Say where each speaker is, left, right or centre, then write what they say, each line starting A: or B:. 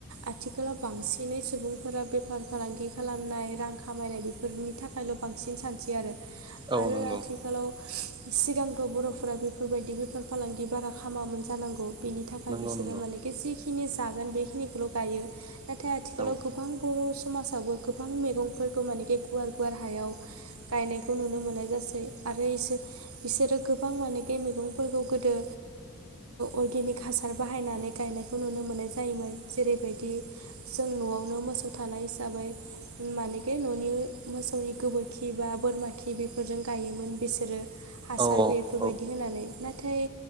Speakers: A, on the right; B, on the right.
A: आथिखालाव बांसिनै सुबुंफोरा बेफार फालांगि खालामनाय रां खामायनाय बेफोरनि थाखायल' बांसिन सानसै आरो आरो
B: औ नंगौ
A: आथिखालाव सिगांथ' बर' फ्रा बेफोरबायदि बेफार फालांगि बारा खामामोन जानांगौ बेनि थाखाय
B: नंगौ
A: बिसोरो
B: नंगौ
A: माने जिखिनि जागोन बेखिनिखौल' गायो नाथाय आथिखालाव
B: औ
A: गोबां बर' समाजाबो गोबां मैगंफोरखौ मानेखि गुवार गुवार हायाव गायनायखौ नुनो मोननाय जासै आरो‌ इसोर बिसोरो गोबां मानेखि मैगंफोरखौ गोदो अरगेनिक हासार बाहायनानै गायनायखौ नुनो मोननाय जायोमोन जेरैबायदि जों न'आवनो मोसौ थानाय हिसाबै मानेखि न'नि मोसौनि गोबोरखि बा बोरमा खि बेफोरजों गायोमोन बिसोरो। हासार
B: औ
A: बे बेफोरबायदि
B: औ
A: होनानै नाथाय